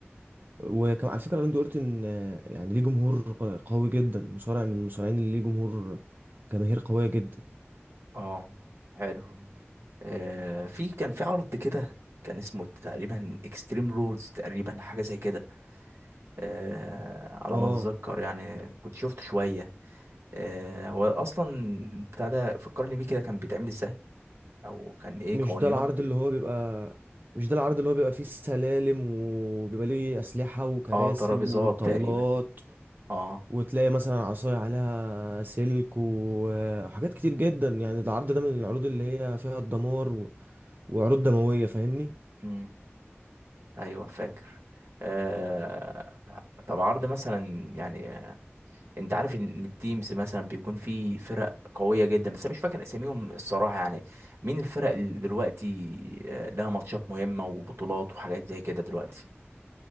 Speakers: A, on the right; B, on the right.
A: وكان على فكرة راندي أورتن آه، يعني ليه جمهور قوي جدا مصارع من المصارعين اللي ليه جمهور جماهير قوية جدا
B: اه حلو آه في كان في عرض كده كان اسمه تقريبا اكستريم رولز تقريبا حاجه زي كده آه على
A: اه
B: ما اتذكر يعني كنت شفت شويه آه هو اصلا بتاع ده فكرني بيه كده كان بيتعمل ازاي او كان ايه
A: مش
B: قوانينه
A: ده العرض اللي هو بيبقى مش ده العرض اللي هو بيبقى فيه سلالم وبيبقى ليه أسلحة وكراسي
B: اه ترابيزات
A: وطاولات
B: تقريبا اه
A: وتلاقي مثلا عصاية عليها سلك و- آه، وحاجات كتير جدا يعني ده العرض ده من العروض اللي هي فيها الدمار و- وعروض دموية فاهمني
B: امم ايوه فاكر آه طب عرض مثلا يعني انت عارف ان التيمز مثلا بيكون في فرق قويه جدا بس انا مش فاكر اساميهم الصراحه يعني مين الفرق اللي دلوقتي آه، لها ماتشات مهمه وبطولات وحاجات زي كده دلوقتي